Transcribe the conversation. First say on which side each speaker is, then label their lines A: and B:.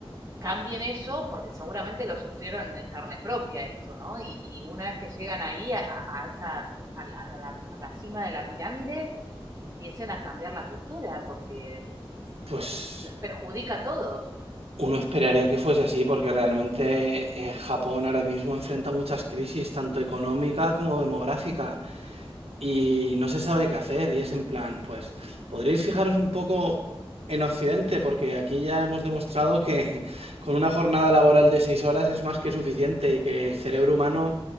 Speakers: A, on the right; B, on the right.
A: cambien eso, porque seguramente lo sufrieron en carne propia esto, ¿no? Y, y una vez que llegan ahí a, a esa a la, a la- a la cima de la pirámide, empiecen a cambiar la cultura, porque digo,
B: Pues
A: les perjudica a todos.
B: Uno esperaría que fuese así porque realmente eh, Japón ahora mismo enfrenta muchas crisis, tanto económica como demográfica, y no se sabe qué hacer. Y es en plan, pues, podríais fijaros un poco en Occidente, porque aquí ya hemos demostrado que <laughs> con una jornada laboral de seis horas es más que suficiente y que el cerebro humano